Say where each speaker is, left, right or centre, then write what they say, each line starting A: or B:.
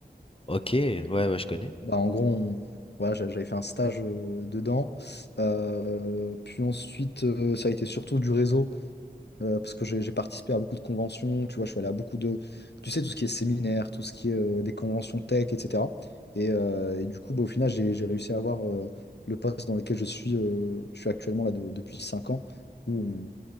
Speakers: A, on the left; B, on the left.
A: Ok, ouais, ouais, je connais.
B: Bah, en gros, on- voilà, j'a- j'avais fait un stage euh, dedans. Euh, puis ensuite, euh, ça a été surtout du réseau. euh, parce que j'ai j'ai participé à beaucoup de conventions, tu vois, je suis allé à beaucoup de, tu sais, tout ce qui est séminaire, tout ce qui est euh, des conventions tech, etc. Et, euh, et du coup, bah, au final, j'ai j'ai réussi à avoir euh, le poste dans lequel je suis, euh, je suis actuellement là de- depuis 5 ans, où on